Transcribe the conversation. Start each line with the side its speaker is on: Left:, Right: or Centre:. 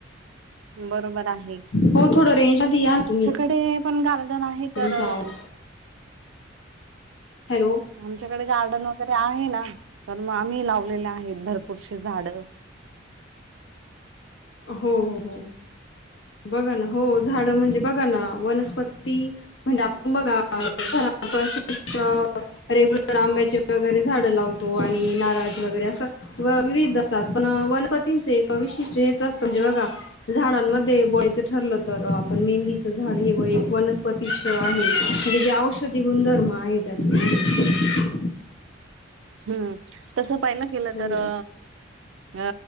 Right: बरोबर आहे.
Left: हो थोडं रेंज मध्ये, या ना तुम्ही.
Right: कडे, पण गार्डन आहे
Left: तुमचा
Right: तर
Left: आवाज हॅलो?
Right: आमच्याकडे गार्डन वगैरे आहे ना, तर मग आम्ही लावलेले आहेत, भरपूर शे झाडं.
Left: हो हो हो. बघा ना, हो झाडं, म्हणजे बघा ना, वनस्पती म्हणजे आपण बघा, घाराच <unintelligible> रेग्युलर आंब्याचे वगैरे, झाडं लावतो आणि नारळाचे वगैरे, असं व-विविधता, पण वनपतींचे एक विशिष्ट हेच असतं, म्हणजे बघा झाडांमध्ये उबवायचं ठरलं, तर आपण मेहंदीचं झाड, हे एक वय-वनस्पती <unintelligible> आहे, म्हणजे जे औषधी गुणधर्म आहे, त्याच्या मध्ये
Right: हम्म, तसं पाहिला गेलं,
Left: हो.
Right: तर अ अ,